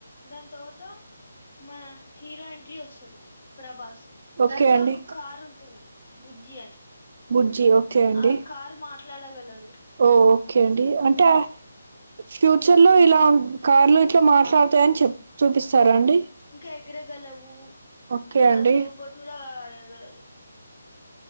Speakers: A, on the left; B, on the right.
A: దాన్ తర్వాత మా హీరో ఎంట్రి వస్తుది ప్రభాస్
B: ఓకే
A: దాంట్లో
B: అండి
A: ఒకు కారుంటుంది బుజ్జీ అని
B: బుజ్జి ఒకే అండి.
A: ఆ కారు మాట్లాడగలదు
B: ఓ ఓకె అండి అంటె అ ఫ్యూచర్లొ ఇలా ఉన్ కార్లు ఇట్ల మాట్లాడతదన్ చెప్ చూపిస్తారా అండి
A: ఇంక ఎగరగలవూ
B: ఓకే అండి
A: అది రోబోట్ గూడ గాదది యెగలదు